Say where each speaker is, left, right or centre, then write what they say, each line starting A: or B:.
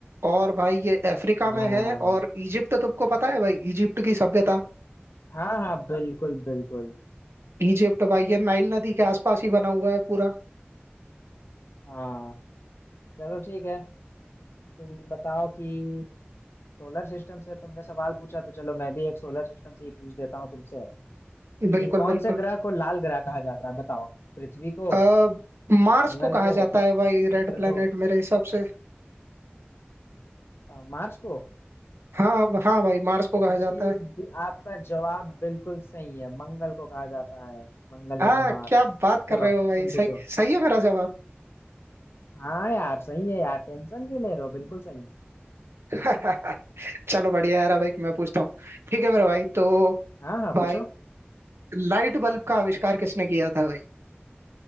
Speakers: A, on the right; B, on the left.
A: और भाई ये अफ्रीका
B: हाँ
A: में है और इजिप्ट तुमको पता है भाई इजिप्ट की सभ्यता
B: हाँ हाँ बिल्कुल बिल्कुल
A: इजिप्ट भाई ये नाइल नदी के आसपास ही बना हुआ है पूरा
B: हाँ चलो ठीक है तुम बताओ कि सोलर सिस्टम से तुमने सवाल पूछा तो चलो मैं भी एक सोलर सिस्टम से ही पूछ देता हूँ तुमसे कि
A: बिल्कुल
B: कौन
A: बिल्कुल
B: से ग्रह को लाल ग्रह कहा जाता है बताओ पृथ्वी को
A: आ, मार्स
B: मंगल
A: को कहा
B: को
A: जाता है भाई
B: शुक्र
A: रेड प्लेनेट
B: को
A: मेरे हिसाब से
B: अ, मार्स को
A: हाँ अब- हाँ भाई मार्स को कहा
B: तो
A: जाता
B: जी
A: है
B: बि- आपका जवाब बिल्कुल सही है मंगल को कहा जाता है मंगल
A: हाँ
B: यानी मार्स
A: क्या बात कर
B: चलो
A: रहे हो भाई
B: तुम
A: सही
B: पूछो
A: सही है मेरा जवाब
B: हाँ यार सही है यार टेंशन क्यों ले रहे हो बिल्कुल सही है
A: <laughs> चलो बढ़िया यार अब एक मैं पूछता हूँ ठीक है मेरे भाई तो
B: हाँ हाँ
A: भाई
B: पूछो
A: लाइट बल्ब का आविष्कार किसने किया था भाई